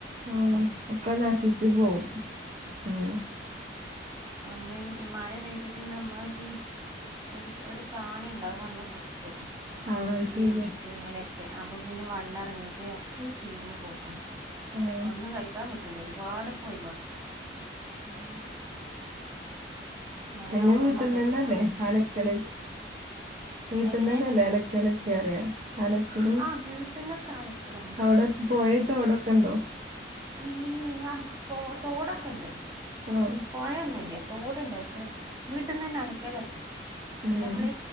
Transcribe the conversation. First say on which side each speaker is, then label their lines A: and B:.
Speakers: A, on the right (about 45°); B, on the right (about 20°).
A: ആഹ ഒക്കെ നശിച്ചു പോവും ഉം
B: അമ്മ മഴ പെയ്തിട്ടുണ്ട് നമ്മൾ ഈ ഒരു ഒരു പ്രാണിുണ്ടാവും വന്ന കുത്തും
A: ആഹ അത്
B: ഈ
A: ശരിയാ
B: ഇതിമലൊക്കെ അപ്പൊ പിന്നെ വെള്ളം ഇറങ്ങിയിട്ട് ഒക്കെ ചീഞ് പോക്കാം
A: ആഹ്
B: ഒന്ന് കഴിക്കാൻ കിട്ടും കല ഒരുപാട് പോയി ബാക്കി
A: ഉം
B: മഴ
A: പിന്നെ
B: ആവുമ്പോള്ള
A: വീട്ടിൽന്ന്
B: പ്രശ്നാണ്
A: തന്നെല്ലേ അലക്കല വീട്ടിൽന്ന്
B: എങ്ങനെ
A: തന്നെല്ലേ അലക്കലക്കെ അറിയാം അലക്കിലും
B: ആ വീട്ടിൽന്നൊക്കെ അലക്കലന്നെ
A: അവിടെ പോയത് വിടൊക്കെ ഉണ്ടോ
B: ഇ ാ പോ തോടൊക്കെ ഉണ്ട്
A: ആഹ്
B: പുഴയൊന്നല്ല തോടുണ്ടോ പക്ഷെ വീട്ടിൽന്ന് തന്നെ അലക്കലൊക്കെ
A: ഉം
B: പിന്നെ നമ്മള്